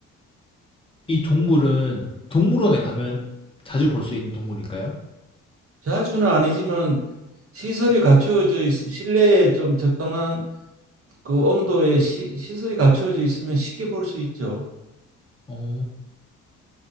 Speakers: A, on the left (about 20°); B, on the right (about 50°).
A: 이 동물은 동물원에 가면 자주 볼 수 있는 동물일까요?
B: 자주는 아니지만 시설이 갖춰져 있, 실내에 좀 적당한 그 온도의 시, 시설이 갖춰져 있으면 쉽게 볼 수 있죠.
A: 오